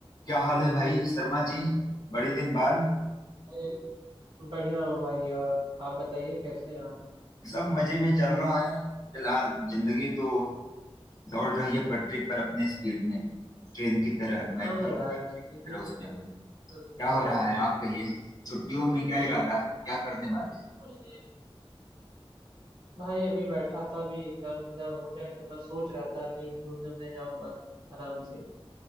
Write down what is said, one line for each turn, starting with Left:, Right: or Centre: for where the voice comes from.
Left: क्या हाल है भाई शर्मा जी बड़े दिन बाद
Right: अरे, बढ़िया हूँ भाई और आप बताइए कैसे हैं आप
Left: सब मजे में चल रहा है फिलहाल जिंदगी तो दौड़ रही है पटरी पर अपने स्पीड में ट्रेन की तरह और
Right: हाँ
Left: मैं भी एक
Right: यार
Left: यात्री
Right: जिंदगी
Left: की तरह उसमें
Right: तो मतलब
Left: हूँ
Right: कि चलती
Left: क्या हो
Right: ही रहती
Left: रहा है
Right: है
Left: आप कहिए छुट्टियों में क्या
Right: सही
Left: इरादा है क्या करने वाले हैं
Right: कुछ नहीं भाई अभी बैठा था अभी एग्जाम एग्जाम हो जाए तो मैं सोच रहा था कहीं घूमने उमने जाऊँ बस आराम से